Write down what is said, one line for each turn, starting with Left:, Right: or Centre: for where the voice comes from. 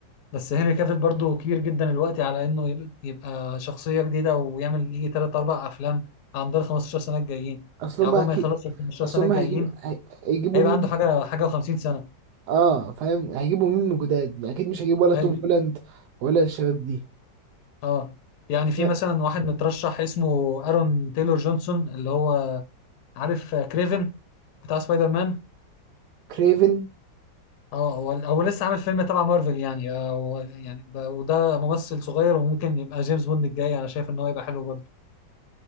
Left: بس هنري كافيل برضو كبير جدا الوقت على انه يب- يبقى شخصية جديدة ويعمل يجي 3 4 افلام على مدار 15 سنة الجايين
Right: اصل
Left: يعني
Right: هما
Left: عقبال
Right: اكيد
Left: ما يخلص ال 15
Right: اصل
Left: سنة
Right: هما
Left: الجايين
Right: هيجيبوا هي- هيجيبوا
Left: هيبقى
Right: مين
Left: عنده حاجة حاجة و50 سنة
Right: اه فاهم هيجيبوا مين من جداد اكيد مش هيجيب ولا
Left: ايوه
Right: توم هولاند ولا الشباب دي
Left: اه يعني
Right: فاهم
Left: في مثلا واحد مترشح اسمه ارون تايلور جونسون اللي هو عارف كريفن بتاع سبايدر مان
Right: كريفن
Left: اه هو هو لسه عامل فيلم تبع مارفل يعني آه، هو يعني ب- وده ممثل صغير وممكن يبقى جيمس بوند الجاي انا شايف ان هو يبقى حلو برضه